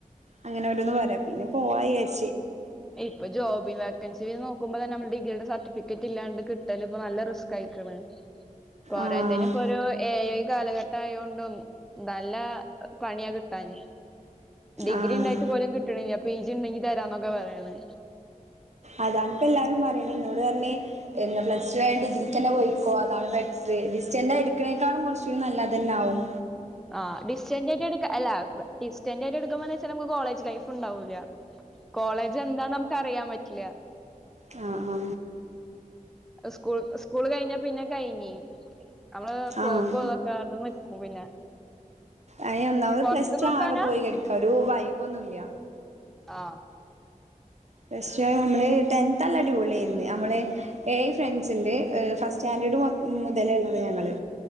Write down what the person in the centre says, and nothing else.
ഇപ്പൊ ജോബി വക്കൻസി നോക്കുമ്പോ തന്നെ നമ്മ ഡിഗ്രിടെ സർട്ടിഫിക്കറ്റ് ഇല്ലാണ്ട് കിട്ടല് ഇപ്പോ നല്ല റിസ്ക് ആയിക്കണ്. പോരാത്തനി
ഇപ്പൊ ഒരു ഏ ഐ കാലഘട്ട ആയൊണ്ടും നല്ല പണിയാ കിട്ടാന്. ഡിഗ്രി
ഇണ്ടായിട്ട് പോലും കിട്ടണില്ല. പി ജി ഇണ്ടെങ്കി തരാന്നൊക്കെ പറയാണ്.
ആ ഡിസ്റ്റന്റ് എടുക്ക അല്ല ഡിസ്റ്റന്ററ് ആയിട്ട് എടുക്കുമ്പോ എന്താ വെച്ചായിഞ്ഞ നമുക്ക് കോളേജ് ലൈഫ് ണ്ടാവൂല കോളേജ് എന്താ നമ്മക്ക് അറിയാൻ പറ്റില്ല.
സ്കൂൾ സ്കൂൾ കഴിഞ്ഞ പിന്നെ കഴിഞ്ഞ് നമ്മള് പോക്കും
അതൊക്കെ നിക്കും പിന്നെ
പൊറത്ത്
നോക്കാനാ
ആ